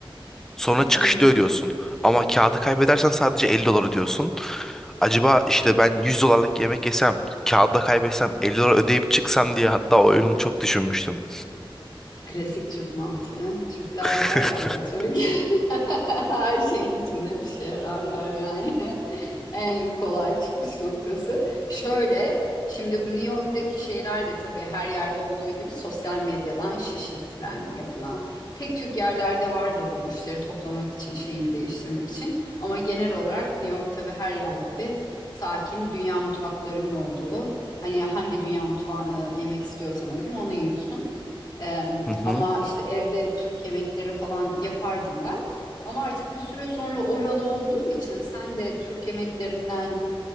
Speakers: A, in the centre; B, on the left (about 50°).
A: Sonra çıkışta
B: Hı hı.
A: ödüyorsun. Ama kağıdı kaybedersen sadece 50 dolar ödüyorsun. Acaba işte ben 100 dolarlık yemek yesem, kağıdı da kaybetsem 50 dolar ödeyip çıksam diye hatta o oyunu çok düşünmüştüm.
B: Klasik Türk mantığı. Türkler
A: <laughs>
B: her yerde Türk. <laughs> Her şeyin içinde bir şey ararlar yani. <laughs> En kolay çıkış noktası. Şöyle, şimdi bu New York'taki şeyler de tabii her yerde olduğu gibi sosyal medyadan şişirtilen, yapılan. Tek Türk yerlerde vardır bu müşteri toplamak için, şeyini değiştirmek için. Ama genel olarak New York tabii her yer gibi sakin, dünya mutfaklarının olduğu. Hani hangi dünya mutfağını yemek istiyorsan o gün onu yiyorsun. Em,
A: Hı hı.
B: ama işte evde Türk yemekleri falan yapardım ben. Ama artık bir süre sonra oralı olduğun için sen de Türk yemeklerinden